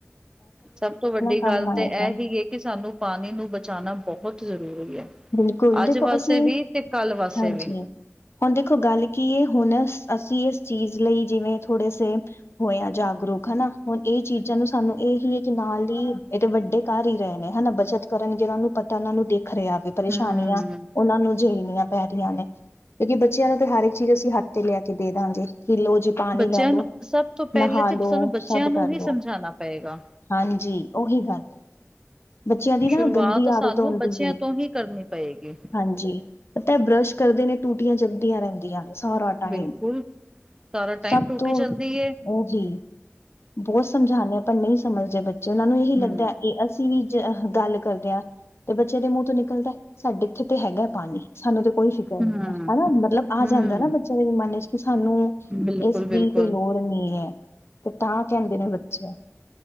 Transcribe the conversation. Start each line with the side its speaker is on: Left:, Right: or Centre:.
Right: ਸਭ ਤੋਂ ਵੱਡੀ
Left: ਕੰਮ
Right: ਗੱਲ ਤੇ
Left: ਆਏਗਾ
Right: ਇਹ ਹੀ ਏ ਕਿ ਸਾਨੂੰ ਪਾਣੀ ਨੂੰ ਬਚਾਉਣਾ ਬਹੁਤ ਜ਼ਰੂਰੀ ਹੈ।
Left: ਬਿਲਕੁਲ
Right: ਅੱਜ
Left: ਦੇਖੋ
Right: ਵਾਸੇ
Left: ਅਸੀਂ
Right: ਵੀ ਤੇ ਕੱਲ ਵਾਸੇ
Left: ਹਾਂਜੀ
Right: ਵੀ।
Left: ਹੁਣ ਦੇਖੋ ਗੱਲ ਕੀ ਹੈ? ਹੁਣ ਅਸੀਂ ਇਸ ਚੀਜ਼ ਲਈ ਜਿਵੇਂ ਥੋੜੇ ਸੇ ਹੋਇਆ ਜਾਗਰੂਕ ਹਨਾ ਹੁਣ ਇਹ ਚੀਜ਼ਾਂ ਨੂੰ ਸਾਨੂੰ ਇਹੀ ਹੈ ਕਿ ਨਾਲ ਹੀ ਇਹਦੇ ਵੱਡੇ ਕਰ ਹੀ ਰਹੇ ਨੇ ਹਨਾ ਬੱਚਤ ਕਰਨ ਜਿਨਾਂ ਨੂੰ ਪਤਾ ਉਹਨਾਂ ਨੂੰ ਦੇਖ ਰਿਹਾ ਵੇ ਪ੍ਰੇਸ਼ਾਨੀਆਂ
Right: ਹੂੰ।
Left: ਉਹਨਾਂ ਨੂੰ ਝੇਲਣੀਆਂ ਪੈ ਰਹੀਆਂ ਨੇ ਕਿਉਂਕਿ ਬੱਚਿਆਂ ਦਾ ਹਰ ਇੱਕ ਚੀਜ਼ ਅਸੀਂ ਹੱਥ ਤੇ ਲੈ ਕੇ ਦੇ ਦੇਂਦਾ ਲੋ ਜੀ ਪਾਣੀ
Right: ਬੱਚਿਆਂ
Left: ਲੈ ਲੋ
Right: ਨੂੰ ਸਭ ਤੋਂ ਪਹਿਲੇ
Left: ਨਹਾ
Right: ਤੇ
Left: ਲੋ
Right: ਸਾਨੂੰ
Left: ਸਭ
Right: ਬੱਚਿਆਂ ਨੂੰ
Left: ਕਰ
Right: ਵੀ
Left: ਲੋ
Right: ਸਮਝਾਉਣਾ ਪਏਗਾ।
Left: ਹਾਂਜੀ ਉਹੀ ਗੱਲ ਐ ਬੱਚਿਆਂ ਦੀ ਨਾ
Right: ਸ਼ੁਰੂਆਤ
Left: ਗੰਦੀ
Right: ਸਾਨੂੰ
Left: ਆਦਤ ਆਉਂਦੀ
Right: ਬੱਚਿਆਂ ਤੋਂ ਹੀ ਕਰਨੀ ਪਏਗੀ।
Left: ਹਾਂਜੀ ਪਤਾ ਇਹ ਬਰਸ਼ ਕਰਦੇ ਨੇ ਟੂਟੀਆਂ ਚੱਲਦੀਆਂ ਰਹਿੰਦੀਆਂ ਨੇ। ਸਾਰਾ ਟਾਈਮ
Right: ਬਿਲਕੁਲ। ਸਾਰਾ ਟਾਈਮ
Left: ਸਭ
Right: ਟੂਟੀ
Left: ਤੋਂ
Right: ਚੱਲਦੀ ਏ।
Left: ਉਹੀ ਬਹੁਤ ਸਮਝਾਣਾ ਆਪਾਂ ਨਹੀਂ ਸਮਝਦੇ ਬੱਚੇ ਉਹਨਾਂ ਨੂੰ ਇਹੀ ਲੱਗਦਾ
Right: ਹੂੰ,
Left: ਇਹ ਅਸੀਂ ਵੀ ਗੱਲ ਕਰਦੇ ਹਾਂ ਤੇ ਬੱਚੇ ਦੇ ਮੂੰਹ ਤੋਂ ਨਿਕਲਦਾ ਸਾਡੇ ਇੱਥੇ ਤੇ ਹੈਗਾ ਪਾਣੀ ਸਾਨੂੰ ਤੇ ਕੋਈ ਸ਼ਿਕਾਇਤ
Right: ਹੂੰ,
Left: ਨਹੀਂ ਹੈ ਹਨਾ ਮਤਲਬ ਆ
Right: ਹੂੰ।
Left: ਜਾਂਦਾ ਨਾ ਬੱਚਿਆਂ ਦੇ ਮਨੇ ਚ ਕਿ ਸਾਨੂੰ
Right: ਬਿਲਕੁਲ-ਬਿਲਕੁਲ
Left: ਇਸ ਦੀ ਕੋਈ ਲੋੜ ਨਹੀਂ ਹੈ। ਤੇ ਤਾਂ ਕਹਿੰਦੇ ਨੇ ਬੱਚੇ